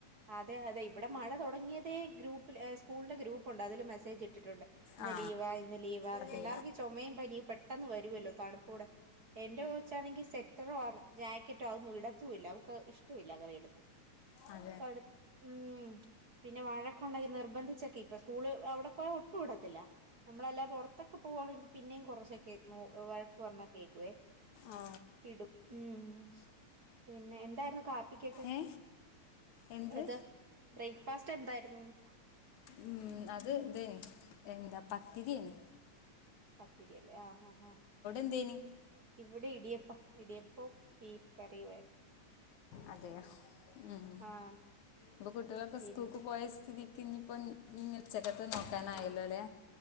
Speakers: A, on the right; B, on the left.
A: അതെ, അതെ, ഇവിടെ, മഴ തുടങ്ങി... പ്രത്േ <unintelligible> ഗ്രൂപ്പിൽ സ്കൂളി്ന്റെ, ഗ്രൂപ്പുണ്ട്. അതിൽ മെസജ് ഇട്ടിട്ടുണ്ട് ഇന്ന്
B: ആ
A: ലീവാ, ഇന്ന് ലീവാ
B: അതെ
A: പിള്ളേർക്ക് ചോ മയും, പനിയും, പെട്ടെന്ന്, വരുവല്ലോ തണുപ്പൂടെ... എന്റെ, കൊച്ചാണെങ്കി. സെത്റോണ്. ജാക്കറ്റോ. അവൊന്നു. ഇടത്തുല്ല. അവക്ക്. ഇഷ്ട്ടൊല്ല. അങ്ങനെ ഇടുന്ന
B: അ,...
A: <unintelligible> ഉം... പിന്നെ വഴക്കുണ്ടാങ്കി. നിർബന്ധിച്ചൊക്കെ ഇപ്പൊ സ്കൂള് അവിടെ പോ ഒട്ടു. ഇടത്തില്ല.. നമ്മളല്ല പുറത്തൊക്കെ പോവുകവാണെങ്കിൽ പിന്നെയും കുറശോക്കെ നോ... വഴക്ക് പറഞ്ഞ കേകുവേ.
B: ആ
A: ഇടും, ഉം, പിന്നെ എന്താരുന്നു... <unintelligible> പ്പി കേക്ക്..
B: ഏ എന്ത്
A: അത്. ബ്രേക്ക്ഫാസ്റ്റ് എന്തായിരുന്നുന്ന്...
B: ഉം, <unintelligible> എന്താ, പത്തിരിയെനി....
A: പത്തിരിയല്ലേ. ആഹ, ആ, ആ,
B: എന്തേനി
A: ഇവിടെ. ഇടിയപ്പം... ഇടിപ്പോ, ബീഫ് കറിയു <unintelligible>
B: അതെയ. ഹ് ഉ, ഉം,
A: ആഹ്
B: ഇബോ കുട്ടിളൊക്കെ
A: പിൻ
B: സ്കൂക്ക്. പോയ സ്ഥിതി ഇകിനിപ്പോ. <unintelligible> ഉച്ചക്കത്ത് നോക്കാനായല്ലോലെ...